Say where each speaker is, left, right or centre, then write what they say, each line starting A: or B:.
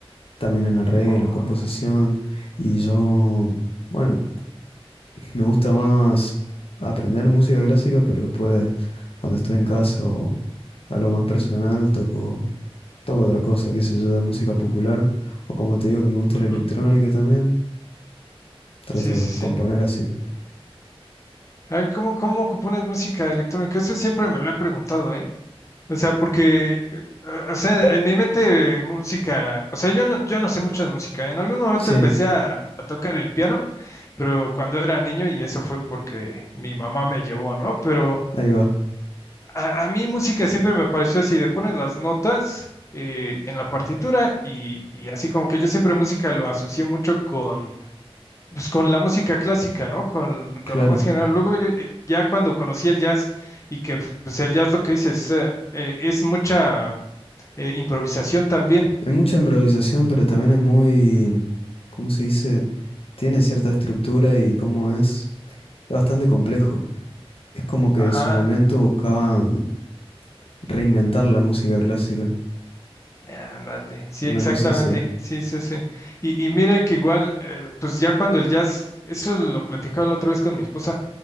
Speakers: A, on the left; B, on the left.
A: También en arreglo,
B: Oh,
A: composición. Y yo, bueno, me gusta más aprender música clásica, pero después, cuando estoy en casa o a lo más personal, toco toco otra cosa, qué sé yo, de música popular, o como te digo que me gusta
B: ujú.
A: la electrónica también, trato
B: Sí, sí,
A: de
B: sí.
A: componer así.
B: Ay, ¿cómo, cómo compones música electrónica? Eso siempre me lo he preguntado, ¿eh? O sea, porque, eh, o sea, en mi mente eh, música, o sea, yo no, yo no sé mucho de música. En algún momento
A: Sí,
B: empecé a, a tocar el piano, pero cuando era niño y eso fue porque mi mamá me llevó, ¿no? Pero
A: ahí va,
B: A, a mí música siempre me pareció así, de pones las notas eh, en la partitura y, y así como que yo siempre música lo asocié mucho con, pues, con la música clásica, ¿no? Con,
A: claro.
B: con lo más general. Luego eh, ya cuando conocí el jazz y que pues el jazz lo que dice es, eh, eh, es mucha eh, improvisación también.
A: Es mucha improvisación, pero también es muy, ¿cómo se dice? Tiene cierta estructura y como es, es bastante complejo. Es como que
B: Ajá.
A: en su momento buscaban reinventar la música clásica,
B: Eh, Ándale, sí,
A: una
B: exactamente,
A: cosa así.
B: sí, sí, sí. Y, y mire que igual, eh, pues ya cuando el jazz, eso lo platicaba la otra vez con mi esposa,